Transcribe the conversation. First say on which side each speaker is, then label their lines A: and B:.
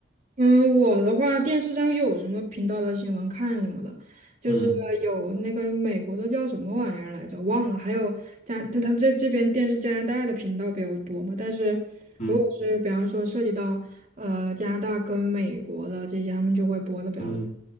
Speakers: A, on the right; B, on the left.
A: 嗯，我的话，电视上有什么频道的新闻看什么的，就是有那个美国的叫什么玩意儿来着，
B: 嗯
A: 忘了，还有加，他这这边电视加拿大的频道比较多嘛，但是
B: 嗯
A: 如果是比方说涉及到呃加拿大跟美国的这些，他们就会播的比较多，
B: 嗯。